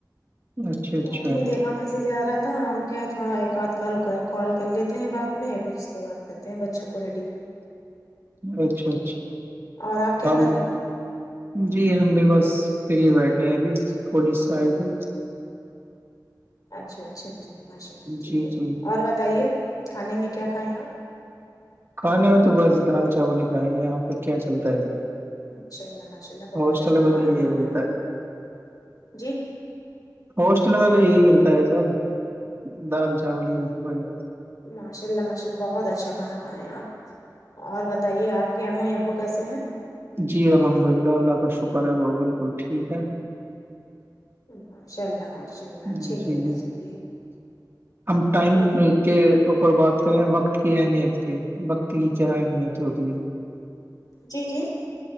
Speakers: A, on the right (about 35°); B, on the left (about 60°).
A: اچھا اچھا
B: تو ہم نے دیکھا میسج آ رہا تھا ہم کہ تھوڑا ایک آدھ کال کال کر لیتے ہیں بعد میں پھر اس کے بعد کرتے ہیں بچوں کو ریڈی
A: اچھا اچھا
B: اور آپ کیا
A: ہم
B: کر رہے ہیں
A: جی ہم بھی بس پری ہی بیٹھے ہیں ابھی پلیس سے آئے تھے
B: اچھا اچھا جی ماشاء اللہ ٹھیک
A: جی
B: ہے
A: جی
B: اور بتائیے کھانے میں کیا کھائیں آپ
A: کھانے میں تو بس دال چاول ہی کھائیں گے یہاں پہ کیا چلتا ہے
B: ماشاء اللہ ماشاء اللہ بہت
A: ہاسٹل
B: اچھا
A: میں
B: کھانا
A: تو یہی
B: کھائیں
A: ملتا
B: آپ
A: ہے
B: جی
A: ہواسٹل میںیر تو یہی ملتا ہے سب دال چاول یہی سب وغیرہ س
B: ماشا اللہ مشء اللہ بہت اچھا کھانا کھائیں آپ اور بتائیے آپ کے امو ابو کیسے ہیں
A: جی الحمد اللہ اللہ کا شکر ہے ب بالکل ٹھیک ہے
B: ماشاء اللہ ماشاء اللہ
A: جی
B: چی رہ
A: جی
B: نے چیے
A: ہم ٹائم
B: اور
A: کے اوپر بات کریں وقت کی اہمیت کے وقت کی کیا اہمیت ہوتی ہے
B: جی جی